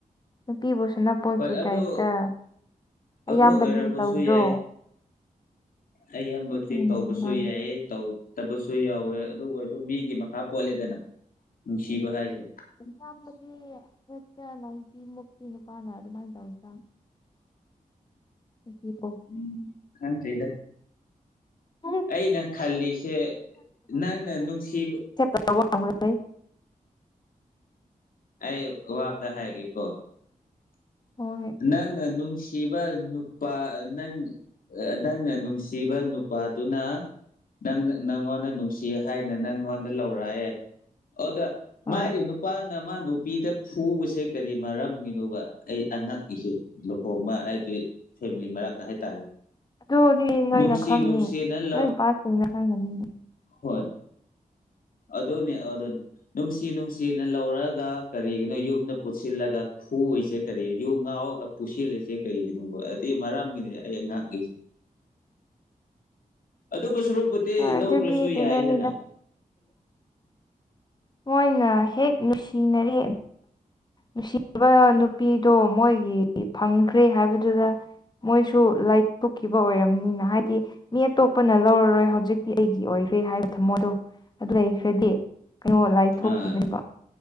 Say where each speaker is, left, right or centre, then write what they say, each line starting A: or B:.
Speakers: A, on the left; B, on the left.
A: ꯅꯨꯄꯤꯕꯨ ꯁꯨꯅꯄꯣꯠꯀꯤ
B: ꯍꯣꯏ ꯑꯗꯨ
A: ꯇꯥꯏꯞꯇ ꯑꯌꯥꯝꯕꯗꯤ
B: ꯑꯗꯨ ꯑꯣꯏꯔꯝꯕꯁꯨ
A: ꯇꯧꯗ꯭ꯔꯣ
B: ꯌꯥꯏ ꯑ ꯌꯥꯝ ꯅ
A: ꯎꯝ
B: ꯇꯧ ꯄꯁꯨ
A: ꯃꯥꯅꯤ
B: ꯌꯥꯏ ꯇꯧ ꯐꯠꯇꯕꯁꯨ ꯌꯥꯎꯋꯦ ꯑꯗꯨ ꯑꯣꯏꯔꯁꯨ ꯃꯤꯒꯤ ꯃꯈꯥ ꯄꯣꯜꯂꯦꯗꯅ ꯅꯨꯡꯁꯤꯕ ꯍꯥꯏꯁꯦ
A: ꯅꯃꯒꯤ ꯅꯠꯇ ꯅꯥꯏꯗꯤ ꯃꯛꯇꯛꯇꯤꯅꯨ ꯄꯅ ꯑꯗꯨ ꯑꯗꯨꯃꯥꯏ ꯇ ꯑꯣꯏꯗ ꯍꯧ ꯄꯣ <inaudible>
B: ꯎꯝ ꯈꯪꯗꯔꯦꯗ
A: ꯎꯝ
B: ꯑꯩꯅ ꯈꯜꯂꯤꯁꯦ ꯅꯪꯅ ꯅꯨꯡꯁꯤꯕ
A: <unintelligible>
B: ꯑꯩ ꯋꯥꯑꯝꯇ ꯍꯥꯏꯒꯦ ꯀꯣ
A: ꯍꯣꯏ
B: ꯅꯪ ꯅꯧꯡ ꯅꯨꯡꯁꯤꯕ ꯅꯨꯄꯥ ꯅꯪ ꯅꯪꯅ ꯅꯨꯡꯁꯤꯕ ꯅꯨꯄꯥꯗꯨꯅ ꯅꯪ ꯅꯪꯉꯣꯟꯗ ꯅꯨꯡꯁꯤ ꯍꯥꯏꯅ ꯅꯪꯉꯣꯟꯗ ꯂꯧꯔꯛꯑꯦ ꯑꯗ
A: ꯍꯣꯏ
B: ꯃꯥꯒꯤꯦ ꯅꯨꯄꯥ ꯅ ꯃꯥ ꯅꯨꯄꯤꯗ ꯐꯨꯕꯁꯦ ꯀꯔꯤ ꯃꯔꯝꯒꯤꯅꯣꯕ ꯑꯩ ꯉꯛꯏꯍ‌ꯦ ꯂꯨꯍꯣ ꯑꯃ ꯑꯩꯗꯤ ꯐꯦꯃꯤꯂꯤ ꯃꯔꯛꯇ ꯍꯥꯏꯇꯥꯔꯦ
A: ꯑꯗꯨꯗꯤ ꯅꯣꯏꯅ
B: ꯅꯨꯡꯁꯤ
A: ꯈꯪꯅꯤ
B: ꯅꯨꯡꯁꯤꯅ ꯂꯧ
A: ꯅꯣꯏ ꯄꯠꯇꯅ ꯈꯪꯒꯅꯤ
B: ꯍꯣꯏ ꯑꯗꯨꯅꯦ ꯑꯗꯨꯅꯦ ꯅꯨꯡꯁꯤ ꯅꯨꯡꯁꯤꯅ ꯂꯧꯔꯒ ꯀꯔꯤꯒꯤꯅꯣ ꯌꯨꯝꯗ ꯄꯨꯁꯤꯜꯂꯒ ꯐꯨꯏꯁꯦ ꯀꯔꯤ ꯌꯨ ꯉꯥꯎꯔꯒ ꯄꯨꯁꯤꯜꯂꯤꯁꯦ ꯀꯔꯤꯒꯤꯅꯣꯕ ꯑꯗꯨꯏ ꯃꯔꯝꯒꯤꯅꯦ ꯑꯩ ꯉꯍꯥꯛꯉꯁꯦ
A: <unintelligible>
B: ꯑꯗꯨꯕꯨ ꯁꯔꯨꯛꯄꯨꯗꯤ
A: ꯍꯣꯏ
B: ꯂꯧꯗ꯭ꯔꯁꯨ
A: ꯑꯗꯨꯗꯤ ꯀꯩꯅꯣꯅꯤꯗ
B: ꯌꯥꯏꯗꯅ
A: ꯃꯣꯏꯅ ꯍꯦꯛ ꯅꯨꯡꯁꯤꯅꯔꯤ ꯅꯨꯡꯁꯤꯕ ꯅꯨꯄꯤꯗꯣ ꯃꯣꯏꯒꯤ ꯐꯪꯈ꯭ꯔꯦ ꯍꯥꯏꯕꯗꯨꯗ ꯃꯣꯏꯁꯨ ꯂꯥꯏꯊꯣꯛꯈꯤꯕ ꯑꯣꯏꯔꯝꯅꯤꯅ ꯍꯥꯏꯗꯤ ꯃꯤ ꯑꯇꯣꯞꯄꯅ ꯂꯧꯔꯔꯣꯏ ꯍꯧꯖꯤ ꯍꯧꯖꯤꯛꯇꯤ ꯑꯩꯒꯤ ꯑꯣꯏꯈ꯭ꯔꯦ ꯍꯥꯏꯕ ꯊꯝꯃꯣꯗꯣ ꯑꯗꯨ ꯂꯩꯈ꯭ꯔꯗꯤ ꯀꯩꯅꯣ ꯂꯥꯏ
B: ꯑꯥ
A: ꯊꯣꯛꯈꯤꯕꯅꯦꯕ